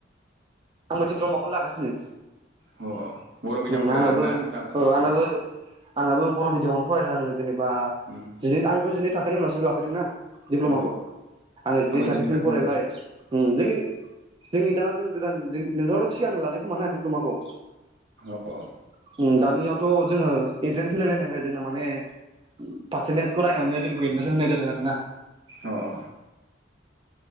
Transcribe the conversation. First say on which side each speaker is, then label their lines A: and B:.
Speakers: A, on the right (about 25°); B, on the right (about 75°).
A: आंबो दिप्ल'माखौनो लागासिनो।
B: अ बर' मिडियाम
A: उम
B: फरायनानै
A: आंनाबो
B: ना नोंथाङाबो
A: अ आंनाबो आंनाबो बर' मिडियामावनो फराय आङो जेनेबा
B: उम
A: जिनै आंथ' जिनि थाखो खोनि उनावसो लाफैदों ना। दिप्ल'माखौ
B: अ
A: आङो
B: आंबो
A: जिनै थाखोसिम
B: थाखोनि
A: फरायबाय उम जोंनि जोंनि दा जों गोदान दों नोंथाङाथ सिगां लानाय खोमाना दिप्ल'माखौ
B: उनाव
A: उम
B: अ
A: दानियावथ' जोङो इन्ट्रेन्स होलायलायनांगो जोंना माने पारसेन्टेजखौ नायनानै जोंनिखौ एडमिसन होनाय जादों आरो ना।
B: अ अ